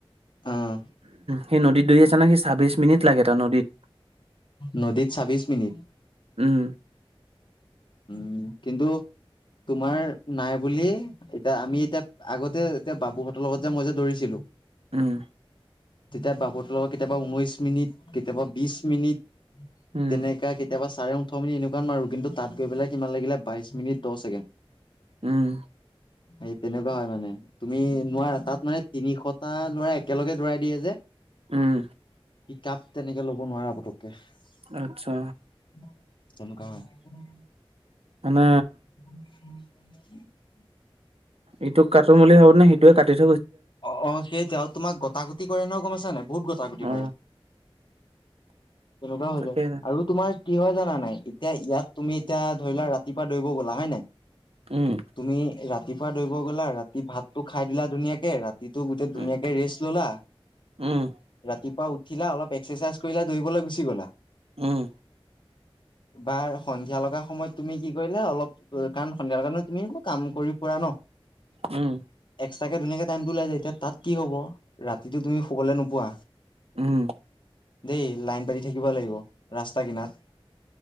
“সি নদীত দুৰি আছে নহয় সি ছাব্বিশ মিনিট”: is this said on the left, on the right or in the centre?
Right